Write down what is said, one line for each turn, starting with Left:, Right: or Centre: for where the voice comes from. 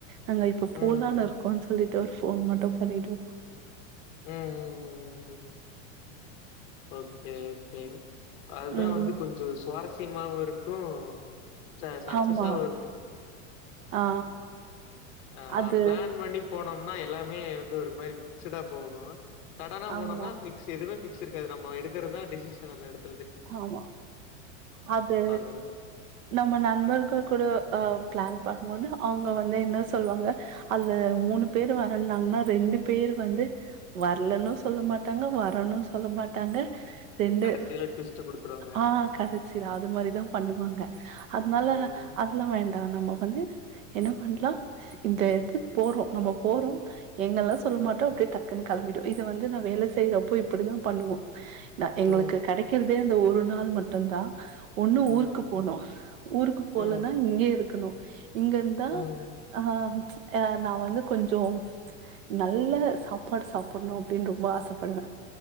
Right: நாங்க இப்ப
Left: ம்.
Right: போலான்னு
Left: ம்.
Right: இருக்கோ சொல்லிட் ட்டு ஒரு ஃபோன் மட்டு பண்ணிட்டு
Left: ம், ம், ம், ம், ம் ஓகே ஓகே அதுதா
Right: ம்.
Left: வந்து கொஞ்சோ சுவாரஸ் ஸியமாவு இருக்கு ச சக்சஸாவு
Right: ஆமா.
Left: இருக்கு
Right: ஆ
Left: அ
Right: அது
Left: பிளான் பண்ணி போனம்னா எல்லாமே வந்து ஒரு மாரி பிக்ஸடா போகு சடனா
Right: ஆமா,
Left: போனம்னா ஃபிக்ஸ் எதுவு இருக்காது நம்ம எடுக்கறதா டிசிஷன் அந்த எடத்
Right: ஆமா அது
Left: பாக்குறது.
Right: நம்ம நண்பர்கள் கூட அ ப்ளான் பண் வந்து அவுங்க வந்து என்ன சொல்வாங்க அந்த மூணு பேரு வர்றனாங்னா ரெண்டு பேரு வந்து வர்லன்னு சொல்ல மாட்டாங்க வர்றணு சொல்ல மாட்டாங்க ரெண்டு
Left: கடசில ட்விஸ்ட் குடுத்துருவாங்க.
Right: ஆ கடசில அது மாரிதா பண்ணுவாங்க அதனால
Left: ம்.
Right: அதல்லா வேண்டா நம்ம வந் து என்ன பண்லா இந்த எடத்துக் போறோ நம்ம போறோ எங்கல்லா சொல்ல மாட்டோ அப்டியே டக்குன் கெளம்பிடு இத வந்து நா வேல செய்றப்போ இப்பிடிதா பண்ணுவோ ந
Left: ம்.
Right: எங்ளுக்கு கெடைக் கறதே அந்த ஒரு நாள் மட்டுந்தா ஒண்ணு
Left: ம்.
Right: ஊருக்கு போனு ஊருக்கு போலன்னா
Left: ம்.
Right: இங்கயே இருக்கணு இங்கருந்தா
Left: ம்.
Right: ஆ அ நா வந்து கொஞ்சோ நல்ல சாப்பாடு சாப்புடணு அப்டின் ரொம்ப ஆசப்படுவ